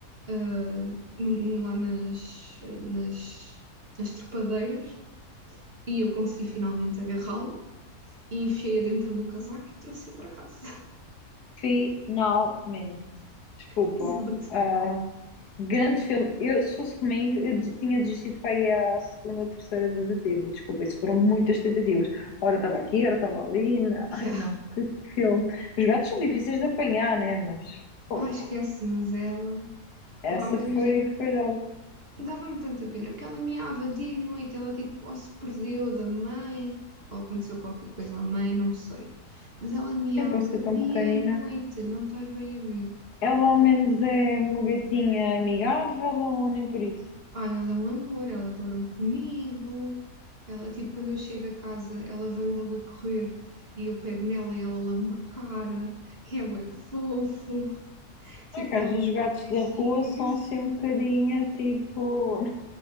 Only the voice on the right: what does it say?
ah, num- lá nas, nas, nas trepadeiras e eu consegui finalmente agarrá-la e enfiei-a dentro do casaco e trouxe-a para casa.
<laughs> Exato.
Yeah.
Ai, esquece, mas ela.
Opá, mas
imagina.
Dava-me tanta pena, porque ela miava dia e noite, ela tipo, ou se perdeu da mãe, ou aconteceu qualquer coisa à mãe, não sei. Mas ela miava
dia
e noite, não estás bem a ver.
Ai, ela é um amor, ela dorme comigo, ela tipo, quando eu chego a casa, ela vem logo a correr e eu pego nela e ela lama-me a cara, e ela é fofo, <laughs> tipo,
dá-me
logo
beijinhos.